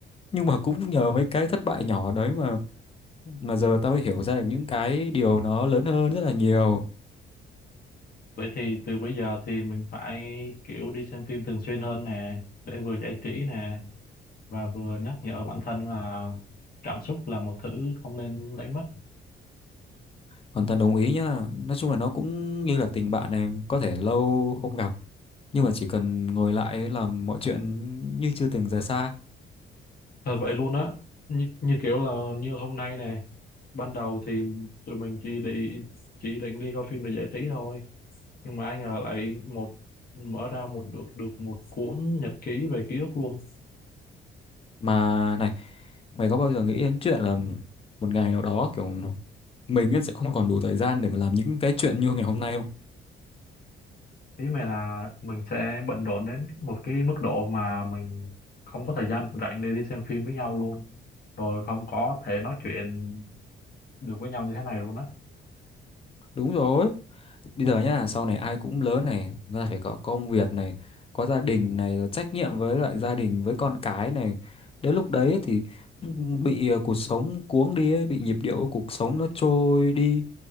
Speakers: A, on the left; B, on the left.
A: nhưng mà cũng nhờ mấy cái thất bại nhỏ đấy mà mà giờ tao mới hiểu ra được những cái điều nó lớn hơn rất là nhiều
B: vậy thì từ bây giờ thì mình phải kiểu đi xem phim thường xuyên hơn nè để vừa giải trí nè và vừa nhắc nhở bản thân là cảm xúc là một thứ không nên đánh mất
A: hoàn toàn đồng ý nhá nói chung là nó cũng như là tình bạn này có thể lâu không gặp nhưng mà chỉ cần ngồi lại ấy làm mọi chuyện như chưa từng rời xa
B: thật vậy luôn á như, như kiểu là như hôm nay nè ban đầu thì tụi mình chỉ đi chỉ định đi coi phim để giải trí thôi nhưng mà ai ngờ lại một mở ra một được được một cuốn nhật ký về ký ức luôn
A: mà này mày có bao giờ nghĩ đến chuyện là một ngày nào đó kiểu mình ấy sẽ không còn đủ thời gian để mà làm những cái chuyện như ngày hôm nay không
B: ý mày là mình sẽ bận rộn đến một cái mức độ mà mình không có thời gian rảnh để đi xem phim với nhau luôn rồi không có thể nói chuyện được với nhau như thế này luôn á
A: đúng rồi bây giờ nhá sau này ai cũng lớn này người ta phải có công việc này có gia đình này rồi trách nhiệm với lại gia đình với con cái này đến lúc đấy thì ừ, bị ờ, cuộc sống cuống đi ấy, bị nhịp điệu của cuộc sống nó trôi đi